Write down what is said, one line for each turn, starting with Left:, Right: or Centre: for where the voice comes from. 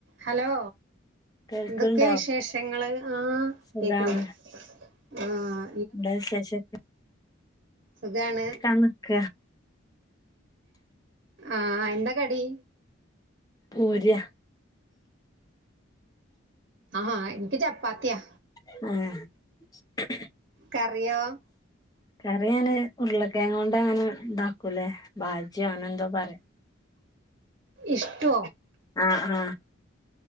Right: Hello
Left: കേൾക്ക്ണ്ടോ
Right: എന്തൊക്കെ വിശേഷങ്ങള് ആഹ്
Left: സുഖാണ്
Right: കേക്കണ്ട് ആഹ്
Left: എന്താ വിശേഷോക്കേ
Right: സുഖാണ്
Left: ക്കാ നിക്ക
Right: ആഹ് എന്താ കടി
Left: പൂര്യ
Right: ആഹ ഇൻക്ക് ചപ്പാത്തിയാ
Left: ആഹ
Right: കറിയോ
Left: കറി ഞാന് ഉരുളക്കയം കൊണ്ട്ങ്ങനെ ഇണ്ടാക്കൂലേ ബാജ്യോ അന എന്തോ പറയും
Right: ഇഷ്ട്ടു
Left: ആഹ ആഹ